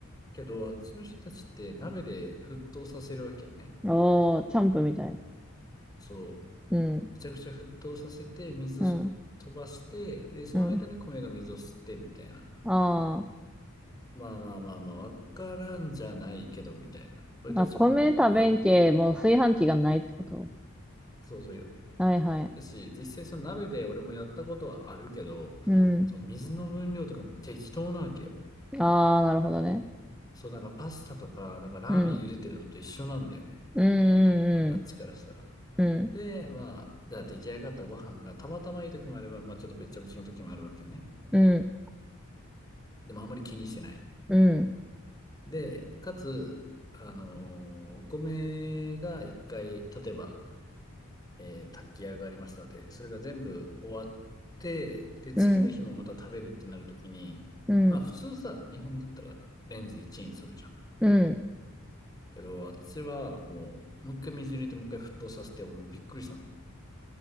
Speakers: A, on the left; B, in the centre.
A: けど、あっちの人たちって鍋で沸騰させるわけよね。
B: ああ、チャンプみたい。
A: そう。
B: うん、
A: めちゃくちゃ沸騰させて、水を
B: うん、
A: 飛ばして、で、その間に米が水を吸ってみたいな。
B: うん。ああ
A: まあまあまあまあ、わからんじゃないけどみたいな。俺たちも、
B: あ、米食べんけ、
A: や、
B: もう炊飯器がないってこと
A: そうそうよ。
B: はいはい。
A: だし、実際その鍋で俺もやったことはあるけど、
B: うん。
A: その水の分量とかも適当なわけよ。
B: ああ、なるほどね。
A: そう、なんかパスタとか、なんかラーメン茹でてるのと一緒なんだよね。
B: うん。うん、
A: あっちからしたら。
B: うん、うん、
A: で、まあ、じゃあ出来上がったご飯がたまたまいい時もあれば、まあちょっとべっちゃべちゃの時もあるわけよね。
B: うん、
A: でもあんまり気にしてない。
B: うん、
A: で、かつ、あのーお米が一回、例えば、えー炊き上がりましたので、それが全部終わって、で、次の日もまた食べるってなるときに、
B: うん、うん、
A: まあ普通さ、日本だったらレンジでチンするじゃん。
B: うん。
A: けど、私はもう、もう一回水入れてもう一回沸騰させて、俺もびっくりしたもん。